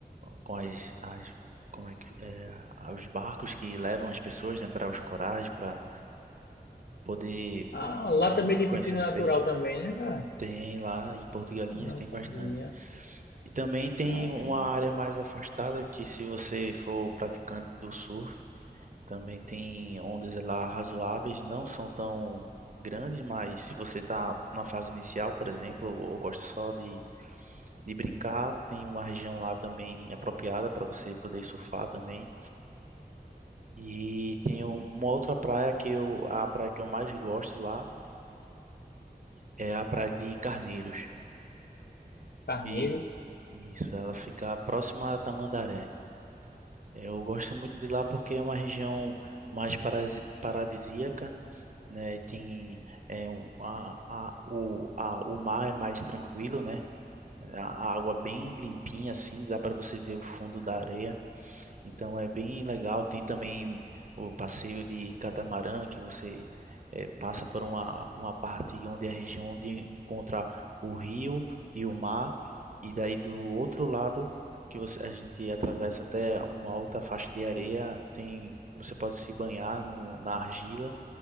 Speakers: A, on the right; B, on the left.
A: com as, as como é que é, os barcos que levam as pessoas, né, para os corais, para poder
B: Ah, lá
A: é,
B: também tem
A: conhecer
B: piscina
A: os
B: natural
A: peixes.
B: também, né, cara?
A: Tem lá em Porto Galinhas
B: Não
A: tem bastante.
B: sabia.
A: E também tem
B: Caramba.
A: uma área mais afastada que se você for praticante do surf, Também tem ondas lá razoáveis, não são tão grandes, mas se você está na fase inicial, por exemplo, ou gosta só de, de brincar, tem uma região lá também apropriada para você poder surfar também. E tem um- uma outra praia que eu, a praia que eu mais gosto lá é a praia de Carneiros.
B: Carneiros.
A: E isso, ela fica próxima a Tamandaré. Eu gosto muito de lá porque é uma região mais parasi- paradisíaca. né? E tem é, um, a, a, o, a, o mar é mais tranquilo, né? é, A a água bem limpinha, assim, dá para você ver o fundo da areia. Então é bem legal. Tem também o passeio de catamarã, que você eh, passa por uma, uma parte onde é a região onde encontra o rio e o mar. E daí do outro lado, que você, a gente atravessa até uma outra faixa de areia, tem, você pode se banhar no, na argila,